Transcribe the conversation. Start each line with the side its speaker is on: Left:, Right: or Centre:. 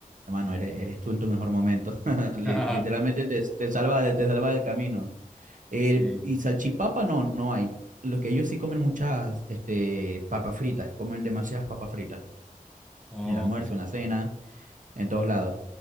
Right: hermano, eres, eres tú en tu mejor momento. <laughs> Li-
Centre: Ah,
Right: Literalmente te, te salva, de- te salva del camino. Eh,
Centre: Sí,
Right: y salchipapa no, no hay. Lo que ellos sí comen muchas, este, papas fritas, comen demasiadas papas fritas,
Centre: ok.
Right: en el almuerzo, en la cena, en todos lados.